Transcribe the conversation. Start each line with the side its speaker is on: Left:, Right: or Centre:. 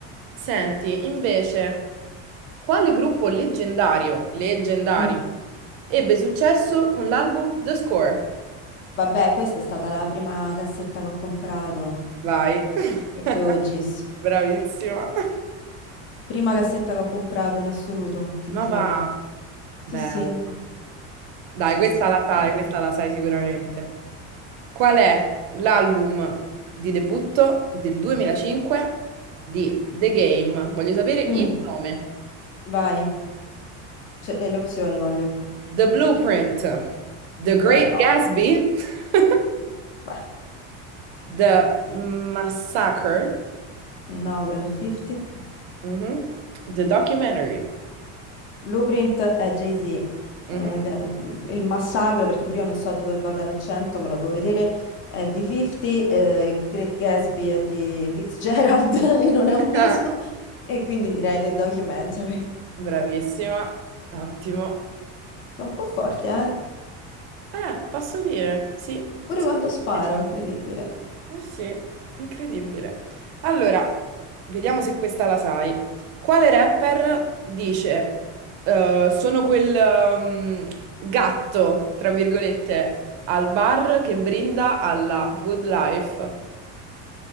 Right: Senti, invece, quale gruppo leggendario, leggendario,
Left: Mm.
Right: ebbe successo con l'album The Score?
Left: Vabbè, questa è stata la prima cassetta che ho comprato.
Right: Vai, <laughs>
Left: I Fioggi's.
Right: bravissima.
Left: Prima cassetta che ho comprato in assoluto, ti giuro.
Right: Ma va,
Left: Sì,
Right: bello.
Left: sì,
Right: Dai,
Left: sì,
Right: questa
Left: sì, proprio.
Right: la sai, questa la sai sicuramente. Qual è l'album di debutto del 2005 di The Game? Voglio sapere il
Left: Mm,
Right: nome.
Left: vai, Cioè, e le opzioni voglio.
Right: The Blueprint, The Great
Left: Beh, no,
Right: Gatsby. <laughs>
Left: beh,
Right: The Massacre,
Left: no, quello è 50.
Right: mhm, The Documentary.
Left: Blueprint è Jay-Z. Ed
Right: mhm.
Left: è, mm, il massacro, perché pure io non so dove vada l'accento, me lo devo vedere. È di 50, eh, Great Gatsby è di Fitzgerald <laughs> e non è un disco.
Right: Ah,
Left: E quindi direi The Documentary.
Right: <laughs> Bravissima, ottimo.
Left: Sono un po' forte, eh?
Right: Eh, posso dire, sì,
Left: Pure
Right: sì,
Left: quando sparo,
Right: sì.
Left: incredibile.
Right: Eh sì, incredibile. Allora, vediamo se questa la sai. Quale rapper dice, eh, sono quel ehm, gatto, tra virgolette, al bar che brinda alla good life?